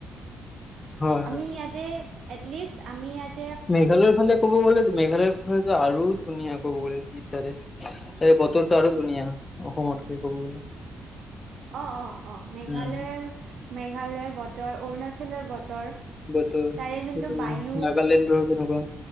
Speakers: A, on the left; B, on the right.
A: হয়
B: আমি
A: হয়
B: ইয়াতে এটলিষ্ট আমি ইয়াত
A: মেঘালয়ৰ ফালে ক'ব গ'লে যে মেঘালয় সেইফালেটো আৰু ধুনীয়া ক'ব গলে কি তাৰে তাৰে বতৰটো আৰু ধুনীয়া। অসমতকে ক'ব গ'লে।
B: অ'অ'অ', মেঘালয়,
A: উম
B: মেঘালয়ৰ ব ত' অৰুণাচলৰ বতৰ,
A: বতৰ
B: তাৰে যোনটো
A: বহুত ধুনীয়া
B: বায়ু
A: নাগালেণ্ডৰ তেনেকুৱা